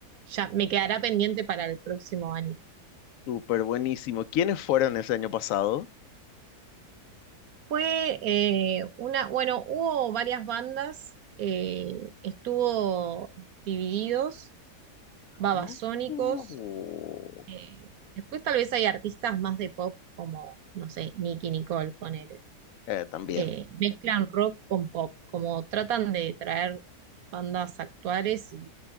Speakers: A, on the right; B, on the left.
A: ya me quedará pendiente para el próximo año.
B: súper buenísimo. ¿Quiénes fueron ese año pasado?
A: Fue eh, una, bueno, hubo varias bandas, eh, estuvo Divididos, Babasónicos,
B: No. Uh,
A: eh, después tal vez hay artistas más de pop como, no sé, Nicki Nicole, ponele.
B: eh, también,
A: Eh, mezclan rock con pop, como tratan de traer bandas actuales y,